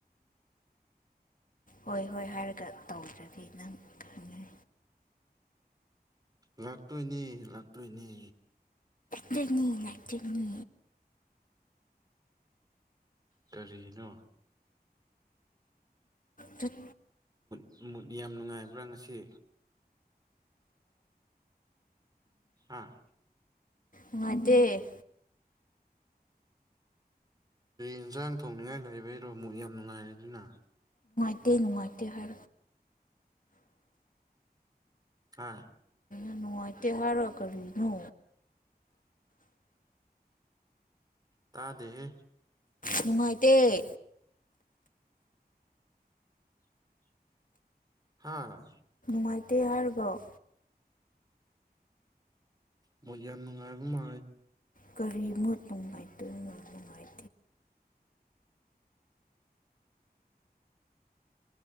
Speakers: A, on the left (about 55°); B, on the right (about 25°).
A: ꯍꯣꯏ ꯍꯣꯏ ꯍꯥꯏꯔꯒ ꯇꯧꯗ꯭ꯔꯗꯤ ꯅꯪ ꯈꯪꯒꯅꯤ
B: ꯂꯥꯛꯇꯣꯏꯅꯤ ꯂꯥꯛꯇꯣꯏꯅꯤ
A: ꯆꯅꯤ ꯆꯅꯤ
B: ꯀꯔꯤꯅꯣ
A: ꯇꯨꯠ
B: ꯠ ꯃꯨꯠ ꯌꯥꯝ ꯅꯨꯡꯉꯥꯏꯕ꯭ꯔꯥ ꯉꯁꯤ ꯑꯥ
A: ꯃꯦ
B: ꯅꯁ ꯑꯅ ꯊꯣꯡꯅꯉꯅ ꯂꯩꯕꯩꯔꯣ ꯑꯃꯨꯛ ꯌꯥꯝ ꯅꯨꯡꯉꯥꯏꯔꯦ ꯑꯗꯨꯅ
A: ꯏꯇꯩ ꯅꯨꯡꯉꯇꯦ ꯍꯥꯏ
B: ꯑꯥ
A: ꯑ ꯅꯨꯡꯉꯥꯏꯇꯦꯍꯔ ꯀꯔꯤꯅꯣ
B: ꯇꯥꯗꯦꯦ
A: ꯅꯨꯡꯉꯥꯏꯇꯦ
B: ꯍꯥꯥ
A: ꯃꯗꯤ ꯍꯔꯒꯥꯎ
B: ꯃꯣꯏꯅꯨꯡꯉꯥꯏꯕ ꯃꯥ
A: ꯀꯔꯤꯃꯨꯠ ꯅꯨꯡꯉꯥꯏꯇ ꯅꯨꯡꯉꯥꯏ